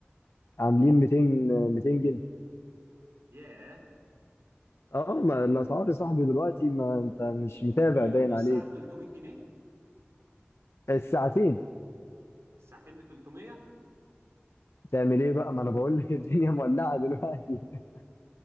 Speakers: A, on the left; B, on the right.
A: عاملين 200 200 جنيه
B: ياه
A: اه ما الاسعار يا صاحبي دلوقتي ما انت مش متابع
B: بلياردو
A: باين عليك
B: الساعه ب 300 جنيه
A: الساعتين
B: الساعتين ب 300
A: تعمل ايه بقى ما انا بقول لك <laughs> الدنيا مولعه دلوقتي